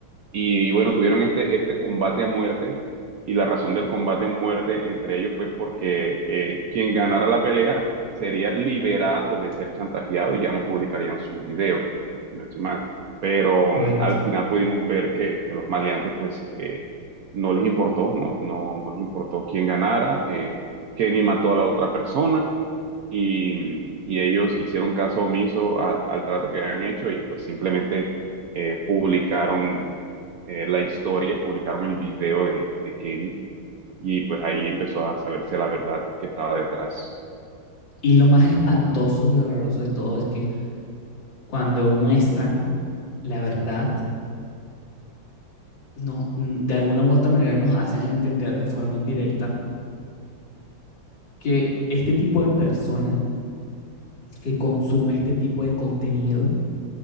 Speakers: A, on the right (about 65°); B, on the left (about 75°).
A: Y, y bueno, tuvieron este, este combate a muerte y la razón del combate a muerte entre ellos fue porque eh, quien ganara la pelea sería liberado de ser chantajeado y ya no publicarían su video, si no estoy mal. Pero
B: correcto.
A: mm, al final pudimos ver que, que los maleantes pues eh, no les importó, no, no, no les importó quién ganara. eh, Kenny mató a la otra persona y, y ellos hicieron caso omiso al, al trato que habían hecho y pues simplemente eh, publicaron eh, la historia, publicaron el video de, de Kenny y pues ahí empezó a saberse la verdad que estaba detrás.
B: Y lo más espantoso y horroroso de todo es que cuando muestran la verdad, nos- de alguna u otra manera nos hacen entender de forma indirecta que este tipo de persona que consume este tipo de contenido